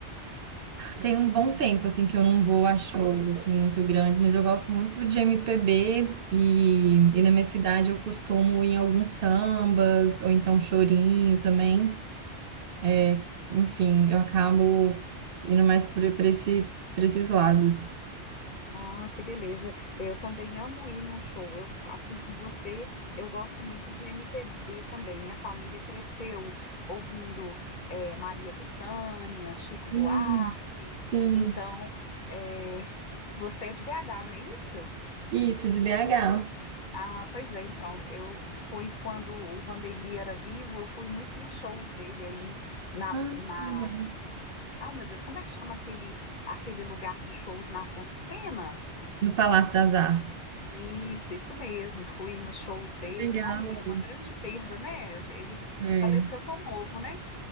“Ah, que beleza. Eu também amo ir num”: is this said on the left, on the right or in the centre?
Left